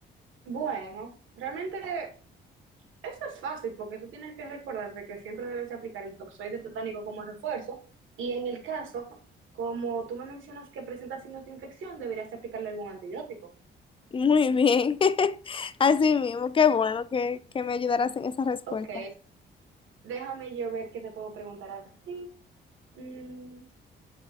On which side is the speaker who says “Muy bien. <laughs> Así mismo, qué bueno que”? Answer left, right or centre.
Left